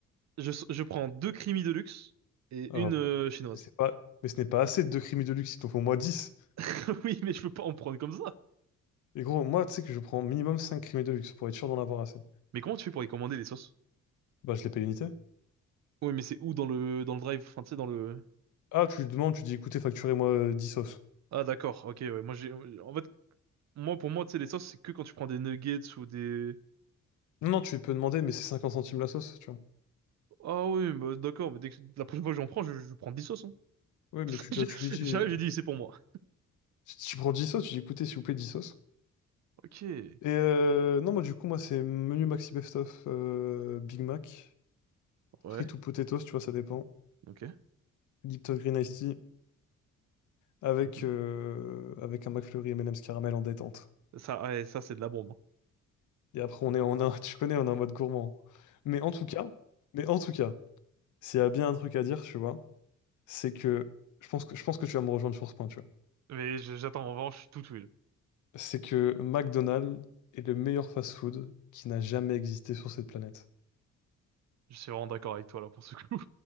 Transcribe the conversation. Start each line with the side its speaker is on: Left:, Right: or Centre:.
Right: Je, je prends deux creamy de luxe et
Left: Alors,
Right: une euh, chinoise.
Left: mais c'est pas, mais ce n'est pas assez de deux creamy de luxe, il t'en faut au moins 10.
Right: <laughs> Oui, mais je peux pas en prendre comme ça.
Left: Et gros, moi, tu sais que je prends minimum 5 creamy de luxe pour être sûr d'en avoir assez.
Right: Mais comment tu fais pour y commander les sauces?
Left: Bah, je les paye unité.
Right: Oui, mais c'est où dans le dans le drive? Enfin, tu sais, dans le
Left: Ah, tu lui demandes, tu dis, écoutez, facturez-moi euh, 10 sauces.
Right: Ah d'accord, ok, ouais. Moi j'ai, en fait, moi pour moi, tu sais, les sauces, c'est que quand tu prends des nuggets ou des.
Left: Non, non, tu peux demander, mais c'est 50 centimes la sauce, tu vois.
Right: Ah oui, bah, d'accord, mais dès que la prochaine fois que j'en prends, je, je prends 10 sauces. Hein.
Left: Oui, mais
Right: <laughs>
Left: tu,
Right: J'ai-
Left: tu lui dis.
Right: J'arrive, j'ai dit c'est pour moi.
Left: Tu prends 10 sauces, tu dis écoutez, s'il vous plaît, 10 sauces.
Right: Ok,
Left: Et euh, non, moi, du coup, moi, c'est menu Maxi Best of euh, Big Mac,
Right: ouais,
Left: frites ou potatoes, tu vois, ça dépend.
Right: ok.
Left: Lipton Green Iced Tea avec,
Right: Mhm.
Left: euh, avec un McFlurry M&M's caramel en détente.
Right: Ça, ouais, ça c'est de la bombe. hein.
Left: Et après, on est en un, <laughs> tu connais, on est en mode gourmand. Mais en tout cas, mais en tout cas, s'il y a bien un truc à dire, tu vois, c'est que je pense que je pense que tu vas me rejoindre sur ce point, tu vois.
Right: <laughs> Mais je- j'attends en revanche je suis tout ouïe.
Left: C'est que McDonald's est le meilleur fast-food qui n'a jamais existé sur cette planète.
Right: Je suis vraiment d'accord avec toi là pour ce coup.